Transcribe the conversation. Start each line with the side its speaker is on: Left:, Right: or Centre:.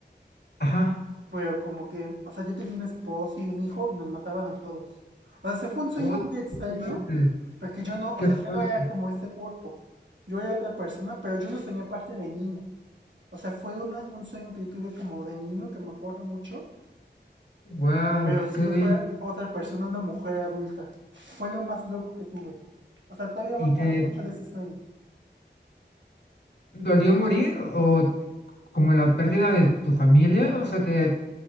Left: ajá,
Right: pero como que, o sea, yo tenía un esposo y un hijo y nos mataban a todos. O sea, se fue un sueño
Left: oh,
Right: muy extraño,
Left: qué fuerte,
Right: porque yo no, o
Left: qué
Right: sea,
Left: fuerte,
Right: yo no era como ese cuerpo. Yo era otra persona, pero yo lo soñé parte de niño. O sea, fue una, un sueño que yo tuve como de niño que me acuerdo mucho.
Left: wow,
Right: Pero si
Left: qué
Right: yo
Left: bello,
Right: fuera otra persona, una mujer adulta, fue lo más loco que tuve. O sea, todavía
Left: y
Right: me acuerdo
Left: te
Right: mucho de ese sueño.
Left: dolió morir o como la pérdida de tu familia, o sea, te